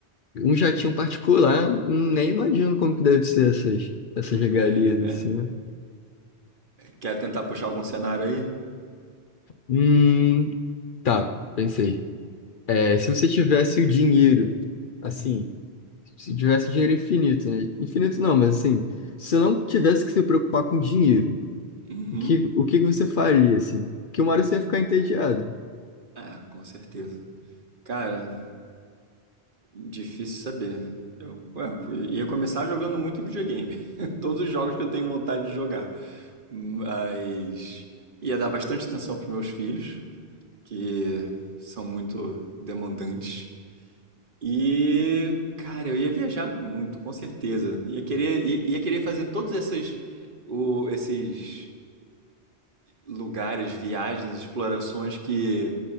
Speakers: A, on the left; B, on the right.
A: um jatinho particular, nem imagino como que deve ser essas, essas regalias,
B: É, é.
A: assim. né?
B: Quer tentar puxar algum cenário aí?
A: Hum, tá, pensei. É, se você tivesse o dinheiro, assim, se tivesse dinheiro infinito, né? Infinito não, mas assim, se você não tivesse que se preocupar com dinheiro,
B: Uhum.
A: O que, o que que você faria, assim? Porque uma hora você ia ficar entediado.
B: É, com certeza. Cara, difícil saber. Eu, ué, eu ia começar jogando muito videogame. <laughs> Todos os jogos que eu tenho vontade de jogar. Mas ia dar bastante atenção pros meus filhos, que são muito demandantes. E, cara, eu ia viajar muito, com certeza. Ia querer, ia, ia querer fazer todos essas, o, esses lugares, viagens, explorações que